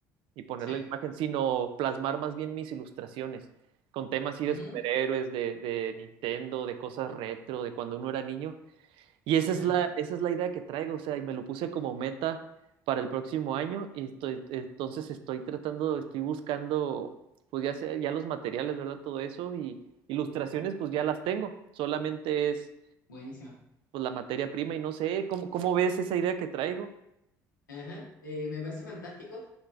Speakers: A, on the right; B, on the left.
A: y ponerle
B: Sí.
A: la imagen, sino plasmar más bien mis ilustraciones con temas así
B: Ujú.
A: de superhéroes, de, de Nintendo, de cosas retro, de cuando uno era niño. Y esa
B: Ajá.
A: es la, esa es la idea que traigo, o sea, y me lo puse como meta para el próximo año y estoy, entonces estoy tratando, estoy buscando, pues ya, sea- ya los materiales, ¿verdad? Todo eso y ilustraciones, pues ya las tengo, solamente es
B: Buenísimo.
A: pues la materia prima y no sé, ¿cómo, cómo ves esa idea que traigo?
B: Ajá, eh, me parece fantástico.